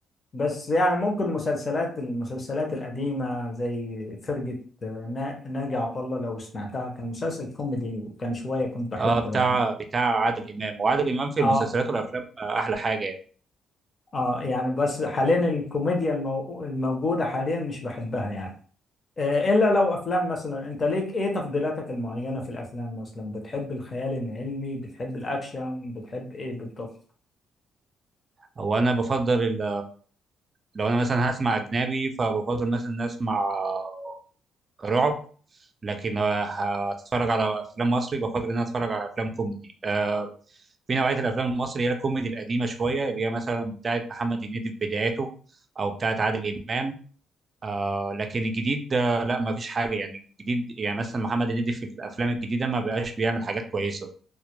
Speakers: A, on the left; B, on the right.
A: بس يعني ممكن مسلسلات المسلسلات القديمة زي فرقة نا- ناجي عطا الله لو سمعتها كان مسلسل كوميدي وكان شوية كنت بحبه
B: اه بتاع
A: يعني
B: بتاع عادل امام وعادل امام في
A: اه
B: المسلسلات والافلام آه، احلى حاجه يعني
A: اه يعني بس حاليا الكوميديا المو... الموجودة حاليا مش بحبها يعني آه، إلا لو أفلام مثلا أنت ليك إيه تفضيلاتك المعينة في الأفلام مثلا بتحب الخيال العلمي بتحب الأكشن بتحب إيه بالضبط
B: هو انا بفضل ال- لو انا مثلا هسمع اجنبي فبفضل مثلا إن اسمع آه، رعب لكن آه، هتفرج على افلام مصري بفضل ان انا اتفرج على افلام كوميدي آه، في نوعيه الافلام المصري هي الكوميدي القديمه شويه اللي هي مثلا بتاعه محمد هنيدي في بداياته او بتاعه عادل امام آه لكن الجديد آه لا ما فيش حاجه يعني الجديد يعني مثلا محمد هنيدي في الافلام الجديده ما بقاش بيعمل حاجات كويسه